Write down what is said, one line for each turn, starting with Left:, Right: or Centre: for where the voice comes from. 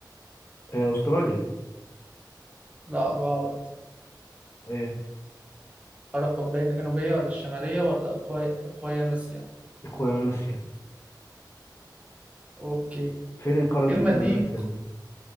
Left: آه، أستراليا
Right: لا غلط
Left: إيه
Right: القارة القطبية الجنوبية ولا الشمالية ولا أقوي- أقويانوسيا
Left: إكوادوريا
Right: أوكي
Left: فين قارة
Right: الما
Left: إكوادوريا
Right: دي
Left: دي